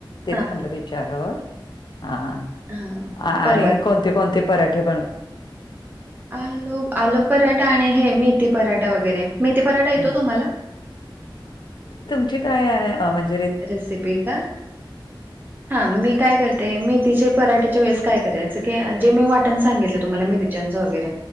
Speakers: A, on the left; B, on the right.
A: तेच
B: हा
A: म्हटलं विचारावं हा
B: हा
A: आणि
B: परवा
A: कोणते कोणते पराठे बनवतात
B: आलो आलो पराठा आणि हे मेथी पराठा वगैरे मेथी पराठा येतो
A: मी
B: तुम्हाला
A: ठीकाय
B: रेसिपी का हा मी काय करते मेथीचे पराठे च्या वेळेस काय करायच जे मी वाटण सांगितलं तुम्हाला मिरच्याच वगैरे